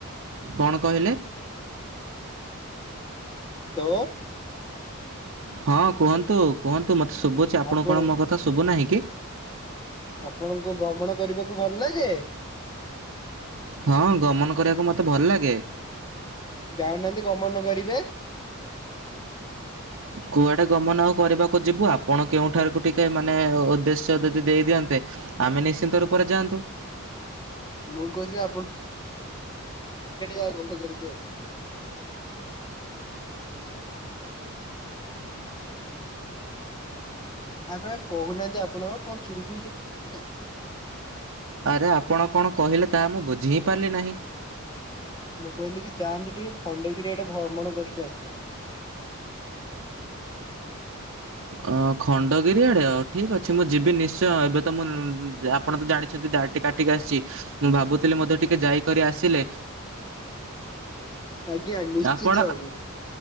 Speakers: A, on the right; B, on the left.
A: କଣ କହିଲେ?
B: ତୋ
A: ହଁ, କୁହନ୍ତୁ-କୁହନ୍ତୁ, ମୋତେ ଶୁଭୁଛି। ଆପଣଙ୍କୁ
B: ଆପଣ
A: କଣ ମୋ କଥା ଶୁଭୁ ନାହିଁ କି?
B: ଆପଣଙ୍କୁ ଭ୍ରମଣ କରିବାକୁ ଭଲ ଲାଗେ?
A: ହଁ, ଗମନ କରିବାକୁ ମୋତେ ଭଲ ଲାଗେ।
B: ଯାଉନାହାନ୍ତି ଗମନ କରିବେ?
A: କୁଆଡେ ଗମନ ଆଉ କରିବାକୁ ଯିବୁ, ଆପଣ କେଉଁଠାରୁକୁ ଟିକେ ମାନେ ଉଦ୍ଦେଶ୍ୟ ଯଦି ଦେଇ ଦିଅନ୍ତେ ଆମେ ନିଶ୍ଚିନ୍ତ ରୂପରେ ଯାଆନ୍ତୁ।
B: ମୁଁ କହୁଛି, ଆପଣ <unintelligible> ଆପଣ, କହୁନାହାନ୍ତି ଆପଣ, କଣ ଚୁପ୍ ହେଇଯାଉଚନ୍ତି ପୁରା?
A: ଆରେ ଆପଣ କଣ କହିଲେ, ତାହା ମୁଁ ବୁଝି ହିଁ ପାରିଲି ନାହିଁ?
B: ମୁଁ କହିଲି କି, ଯାଆନ୍ତୁ ଟିକେ ଖଣ୍ଡଗିରି ଆଡେ ଭ୍ରମଣ କରିକି ଆସିଯାଆନ୍ତୁ?
A: ଅ, ଖଣ୍ଡଗିରି ଆଡେ, ଆଉ ଠିକ ଅଛି, ମୁଁ ଯିବି ନିଶ୍ଚୟ, ଏବେ ତ ମୁଁ ଆପଣ ତ ଜାଣିଛନ୍ତି ଦାଡି ଟିକେ କାଟି ଟିକେ ଆସିଛି। ମୁଁ ଭାବୁଥିଲି, ମଧ୍ୟ ଟିକେ ଯାଇକରି ଆସିଲେ
B: ଆଜ୍ଞା, ନିଶ୍ଚିତ
A: ଆପଣ
B: ଭାବରେ।